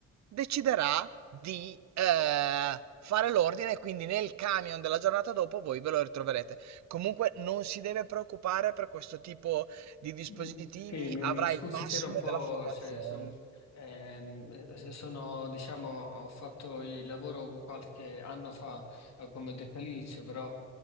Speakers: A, on the right; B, on the left.
A: deciderà di eh, fare l'ordine e quindi nel camion della giornata dopo voi ve lo ritroverete. Comunque non si deve preoccupare per questo tipo di dispositivi,
B: Mm, Sì, mi,
A: avrà
B: mi scusi,
A: il massimo
B: se ero un po',
A: della formazione.
B: cioè, son- ehm, eh, se sono, diciamo, ho fatto il lavoro qualche anno fa, eh, come ho detto all'inizio, però